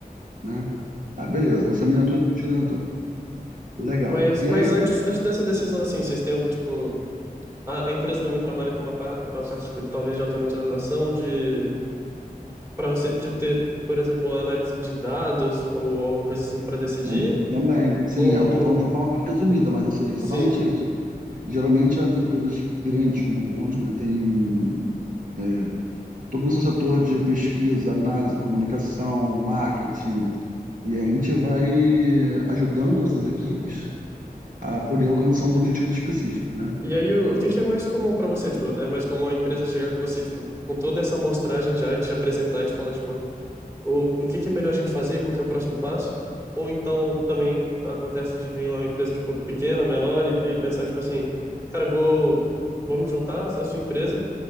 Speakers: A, on the right (about 60°); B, on the right (about 15°).
A: né? Ah, beleza,
B: é.
A: vai ser uma miniatura do Cristo Redentor. Legal.
B: Mas,
A: E
B: mas
A: aí,
B: antes, antes dessa decisão, assim, vocês têm algum tipo, a, a empresa também trabalha com a, par- com a parte, tipo, talvez de automatização, de para você te- ter, por exemplo, uma análise de dados ou alguma coisa assim para decidir?
A: tam- também, sim,
B: Ou
A: é, eu tô falando de forma mais resumida, mas assim, exatamente
B: sim?
A: isso. Geralmente as empresas grandes como a McDonald's, né, tem é, todo o seu setor de pesquisa, análise, comunicação, marketing, e a gente vai ajudando essas equipes
B: Uhum.
A: a poder alcançar uns objetivos específicos, né?
B: E aí, o, o que que é mais comum pra você? Tipo, é mais comum a empresa chegar com você, tipo, com toda essa amostragem já e te apresentar e te falar, tipo, o, o que que é melhor a gente fazer, qual que é o próximo passo? Ou então também acontece de vir uma empresa, tipo, pequena, menor e, e pensar, tipo assim, cara, eu vou, vamos juntar a sua empresa